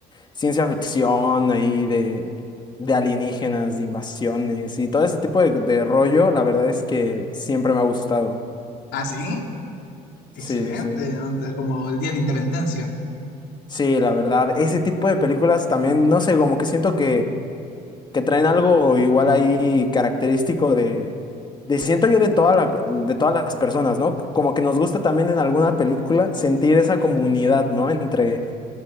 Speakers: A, on the left; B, on the left.
A: ciencia ficción, ahí de, de alienígenas, de invasiones y todo ese tipo de, de rollo, la verdad es que siempre me ha gustado.
B: ¿Ah, sí?
A: Sí,
B: Excelente.
A: sí.
B: ¿no? Como el Día de la Independencia.
A: Sí, la verdad, ese tipo de películas también, no sé, como que siento que que traen algo igual ahí característico de, de siento yo de toda la- de todas las personas, ¿no? Como que nos gusta también en alguna película sentir esa comunidad, ¿no? Entre,